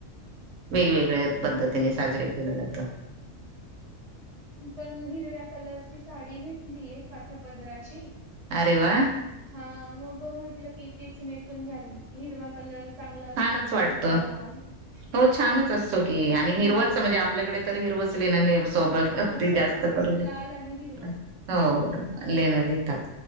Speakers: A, on the right; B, on the right.
A: वेगवेगळ्या पद्धतीने साजरे केलं जात.
B: मी पण हिरव्या कलरची साडी घेतली ए काठापदराची.
A: अरे वा
B: हा मग म्हटलं की तीच नेसून घ्यावी हिरवा कलर चांगला असतो
A: छानच
B: म्हणे
A: वाटत
B: हिरवा लाल
A: हो छानच असतो की आणि
B: हम्म
A: हिरवाच म्हणजे आपल्याकडे तर हिरवच लेन लय व सोबद
B: हा
A: अगदी
B: सौभाग्याच
A: जास्त करून
B: लाल
A: ते
B: आणि हिरवं
A: हो लेन लिहितात.